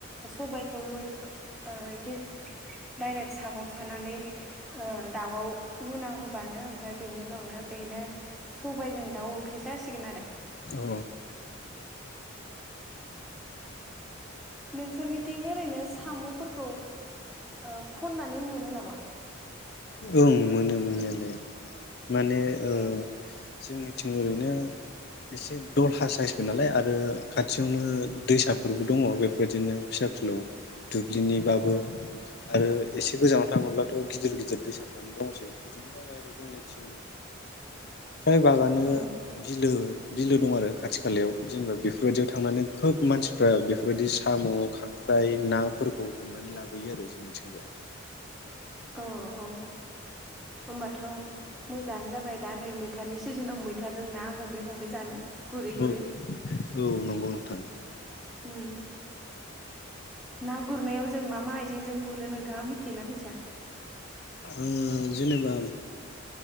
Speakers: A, in the centre; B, on the left.
A: सबायखौ लु ओ इथिं डाइरेक्ट सागं सानानै ओ दाउआव लुना होबानो ओमफ्राय बेनि उनावनो बेनो सबायजों दाउ ओंख्रि जासिगोन आरो।
B: औ।
A: ओ नोंसोरनिथिं ओरैनो साम'फोरखौ ओ खननानै मोनो नामा?
B: ओं मोनो मोननायलाय। माने ओ
A: ए
B: जोंनिथिं ओरैनो एसे दलहा साइसबो नालाय आरो खाथियावनो दैसाफोरबो दङ बेफोरबादिनो फिसा फिलौ दुब्लिनिबाबो
A: औ
B: आरो एसे गोजानाव थाङोब्लाथ' गिदिर गिदिर दैसाफ्रानो दंसै बिदिनि थाखाय जोंनिथिं फ्राय बागानो
A: औ
B: बिलो बिलो दङो आरो खाथि खालायाव जेनोबा बेफोरबायदियाव थांनानै खोब मानसिफ्रा बेफोरबायदि साम', खांख्राइ, नाफोरखौ हमनानै लाबोयो आरो जोंनिथिंजाय।
A: अ। औ ओनबाथ' मोजाङानो जाबाय दा नै मैथानि सिजोनाव मैथाजों ना हमै हमै जानो गुरै
B: औ
A: गुरै
B: औ नोंगौ नोंथां।
A: उम ना गुरनायाव जों मा मा आइजेंजों गुरो नोंथाङा मिथियोना मिथिया?
B: ओ जेनोबा